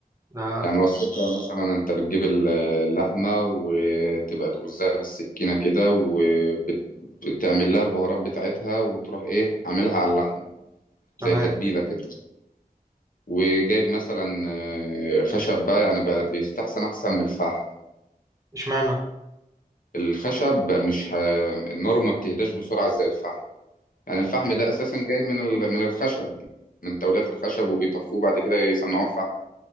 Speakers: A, on the right; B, on the left.
A: ده
B: يعني وصفتها مثلا انت بتجيب ال- اللحمه وتبقى تغزها بالسكينه كده وبتعمل لها البهارات بتاعتها وتروح ايه عاملها على اللحمه
A: تمام،
B: زي تتبيله كده وجايب مثلا آه، خشب بقى يعني بقى- بيستحسن احسن من الفحم
A: إشمعنى؟
B: الخشب مش ه... النار ما بتهداش بسرعة زي الفحم يعني الفحم
A: أيوه،
B: ده أساسا جاي من ال... من الخشب من تولات الخشب وبيطفوه بعد كده يصنعوه فحم